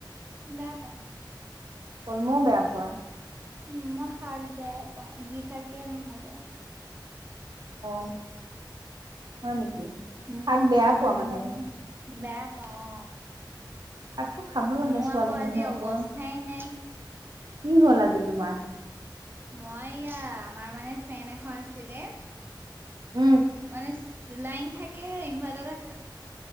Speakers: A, on the right (about 25°); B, on the right (about 60°).
A: নাই পোৱা।
B: কলমও বেয়া পোৱা?
A: উম, মই শাক বেয়াই পাওঁ যি শাকেই নহক আও
B: অ', হয় নেকি
A: উম
B: শাক বেয়া
A: উম
B: পোৱা মানে?
A: মই বেয়া পাওঁ অ
B: শাকটো খাব লাগে
A: মোৰ
B: ছোৱালী
A: আকৌ আজি
B: মানুহ আকৌ
A: অৱস্থাই নাই।
B: কি হ'ল আজি তোমাৰ?
A: মই ইয়া আমাৰ মানে ফেন এখন আছিলে
B: উম
A: মানে চিলাইন থাকে ইনভাৰ্টা পা কা